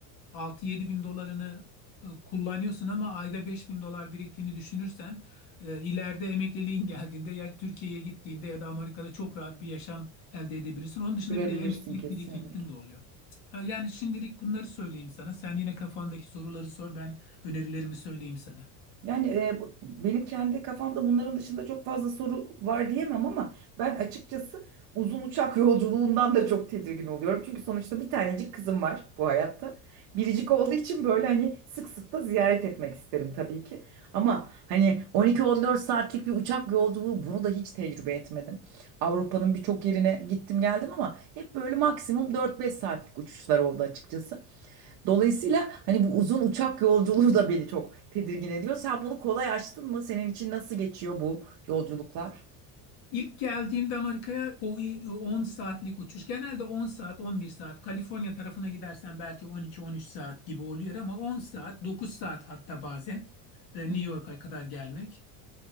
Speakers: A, on the left; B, on the right.
A: 6-7 bin dolarını e, kullanıyorsun ama ayda 5 bin dolar biriktiğini düşünürsen e, ileride emekliliğin <laughs> geldiğinde ya Türkiye'ye gittiğinde ya da Amerika'da çok rahat bir yaşam elde edebilirsin. Onun dışında
B: Sürebilirsin
A: bir de emeklilik
B: kesinlikle.
A: birikintin de oluyor. E, Yani şimdilik bunları söyleyeyim sana. Sen yine kafandaki soruları sor, ben önerilerimi söyleyeyim sana.
B: Yani e, bu- benim kendi kafamda bunların dışında çok fazla soru var diyemem ama ben açıkçası uzun uçak <laughs> yolculuğundan da çok tedirgin oluyorum. Çünkü sonuçta bir tanecik kızım var bu hayatta. Biricik olduğu için böyle hani sık sık da ziyaret etmek isterim tabii ki. Ama hani 12-14 saatlik bir uçak yolculuğu bunu da hiç tecrübe etmedim. Avrupa'nın birçok yerine gittim geldim ama hep böyle maksimum 4-5 saatlik uçuşlar oldu açıkçası. Dolayısıyla hani bu uzun uçak yolculuğu da beni çok tedirgin ediyor. Sen bunu kolay aştın mı? Senin için nasıl geçiyor bu yolculuklar?
A: İlk geldiğimde Amerika'ya o i- 10 saatlik uçuş. Genelde 10 saat, 11 saat. Kaliforniya tarafına gidersen belki 12-13 saat gibi oluyor ama 10 saat, 9 saat hatta bazen e, New
B: Hı hı.
A: York'a kadar gelmek.